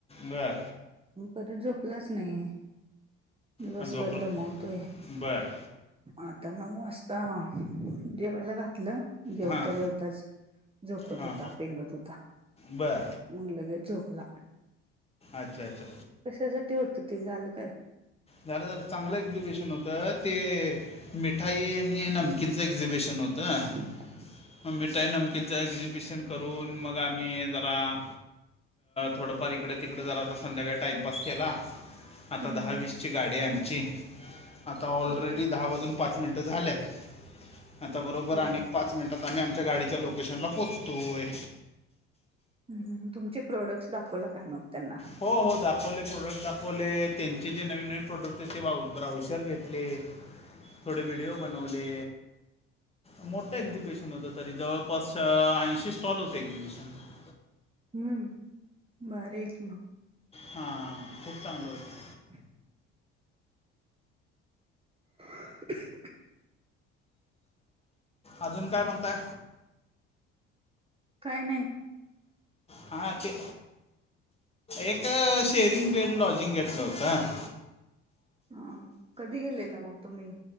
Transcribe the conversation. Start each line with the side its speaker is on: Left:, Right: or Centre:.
Left: बर
Right: परंत झोपलांच नाहीं दिवसंभर
Left: हा, झोपलं
Right: दमंवतोय
Left: बर
Right: आतां नऊ वाजतां जेवायंला घातलं जेवतां
Left: हां
Right: जेवतांच झोपतं
Left: हां
Right: होतां पेंगत होतां
Left: बर
Right: मंग लंगेच झोपलां
Left: अच्छा अच्छा
Right: कशांसाठी होतं ते झालं कायं
Left: झालं झालं चांगलं एक्झिबिशंन होतं ते मिठांई आणि नमकीनचं एक्झिबिशंन होतं
Right: हम्मं
Left: मंग मिठांई नमकीेचं एक्झिबिशंन करूंन मंग आम्हीं जरां थोडंफांर ईकडे तिकडें जरां आतां संध्याकांळी टाईमपास केलां आतां
Right: हम्म
Left: दहा वीस आतां गांडी आहे आमची आतां ऑलरेडी
Right: ओके
Left: दहा वाजूंन पांच मिनटं झाल्यांत आं त्यां बरोबर
Right: हो
Left: अंक
Right: हो.
Left: पांच मिनिटांत आम्हीं आमच्यां गांडीच्या लोकेशंनला पोहोचतोयं
Right: हं तुमचे प्रोडक्टंस दाखवांल कायं मंग त्यांना
Left: हो हो दाखवले प्रोडक्टं दाखवले त्यांचे जे नवीन नवीन प्रोडक्टं ते ब्राऊशर घेतलें थोडे व्हिडिओ बनवले मोठं एक्झिबिशंन होतं तरी जवळंपासच्या ऐंशी स्टॉल होते एक्झिबिशंनला
Right: हम्मं भारी आहे की मंग
Left: हां खूंप चांगल होतं
Right: हम <unintelligible> <unintelligible>
Left: अजूंन कायं म्हणतांय
Right: कायं नाहीं
Left: हां ते एक शेरिंग बेड लॉजिंग घेतलं होतं
Right: हां कधीं गेलेलं मंग तुम्हीं